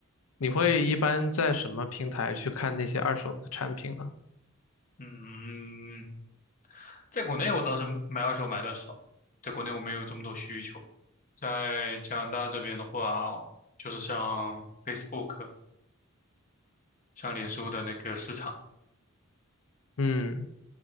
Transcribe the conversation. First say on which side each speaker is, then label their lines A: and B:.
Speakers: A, on the left (about 85°); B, on the left (about 40°).
A: 你会一般在什么平台去看那些二手的产品呢？
B: 嗯，在国内我倒是买二手买的少，在国内我没有这么多需求。在加拿大这边的话，就是像 Facebook、像脸书的那个市场，
A: 嗯，